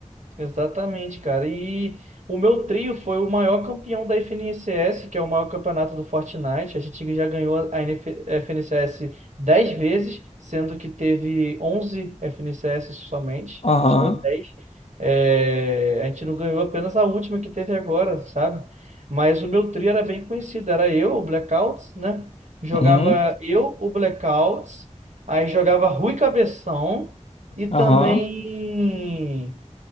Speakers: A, on the right (about 75°); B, on the left (about 55°).
A: Exatamente, cara. E o meu trio foi o maior campeão da FNCS, que é o maior campeonato do Fortnite. A gente já ganhou a NF FNCS 10 vezes, sendo que teve 11 FNCS somente.
B: Aham.
A: A gente ganhou dez É, A gente não ganhou apenas a última que teve agora, sabe? Mas o meu trio era bem conhecido. Era eu, o Blackouts, né? Jogava
B: Uhum.
A: eu, o Blackouts. Aí jogava Rui Cabeção e também.
B: Aham.